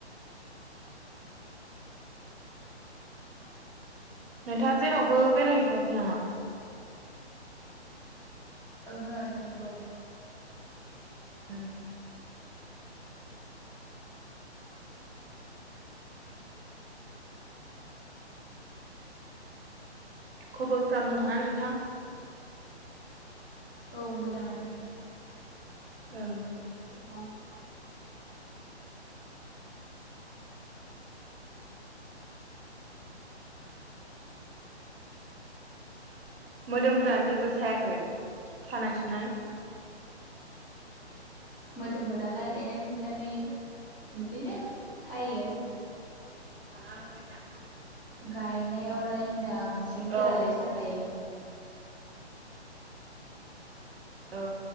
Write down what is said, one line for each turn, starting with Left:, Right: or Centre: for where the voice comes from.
Right: नोंथाङा जेरावबो बेरायहैथ'वाखै नामा
Left: ओंहो थांथ'वाखै
Right: उम खबरफ्रा मोजांनाा नोंथां
Left: औ मोजाङानो
Right: औ
Left: स
Right: मोदोमफ्रा जेबो सायाखै सानाय सुनाय
Left: मोदोमफोरालाय गायनानै फुनानै बिदिनो सायो
Right: ज <unintelligible>
Left: गायनायावलाय होनदां सिनसिरिफोरालाय
Right: औ
Left: साखायो
Right: औ